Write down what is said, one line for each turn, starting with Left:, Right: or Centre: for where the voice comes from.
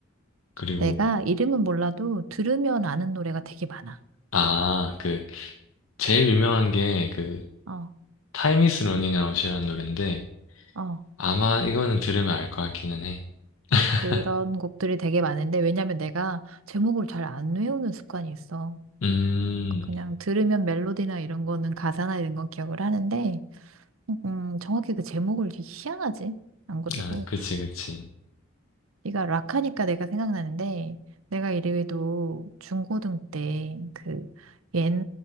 Left: 그리고
Right: 내가 이름은 몰라도 들으면 아는 노래가 되게 많아.
Left: 아, 그 제일 유명한 게 그
Right: 어,
Left: Time is Running Out이라는 노래인데
Right: 어.
Left: 아마 이거는 들으면 알 것 같기는 해. <laughs>
Right: 그런 곡들이 되게 많은데 왜냐면 내가 제목을 잘 안 외우는 습관이 있어.
Left: 음,
Right: 그냥 들으면 멜로디나 이런 거는 가사나 이런 건 기억을 하는데 음, 정확히 그 제목을 되게 희한하지? 안 그러고
Left: 아, 그치, 그치.
Right: 네가 락 하니까 내가 생각나는데 내가 이래도 중고등 때그 옛